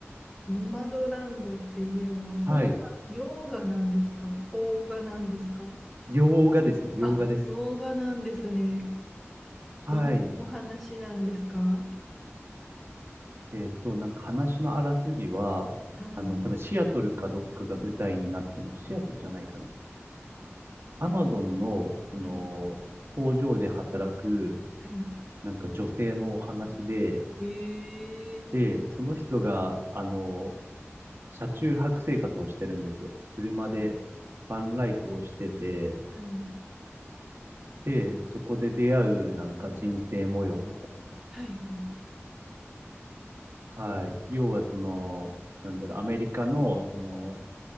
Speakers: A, in the centre; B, on the right.
A: ノマドランドっていうのは、それは洋画なんですか邦画なんですか
B: はい。洋画ですね。洋画です。
A: あ、洋画なんですね。
B: はい。
A: どんなお話なんですか
B: えっと、なんか話のあらすじは、
A: はい、
B: あの、多分シアトルかどっかが舞台になってます。シアトルじゃないかな。アマゾンの、その、
A: はい、
B: 工場で働く、
A: はい。
B: なんか女性のお話で、
A: ええ
B: で、その人が、あの、車中泊生活をしてるんですよ。車でバンライフをしてて、
A: はい、はい、
B: で、そこで出会うなんか人生模様みたい
A: はい。はい
B: な。はい。要はその、なんだろう、アメリカの、その、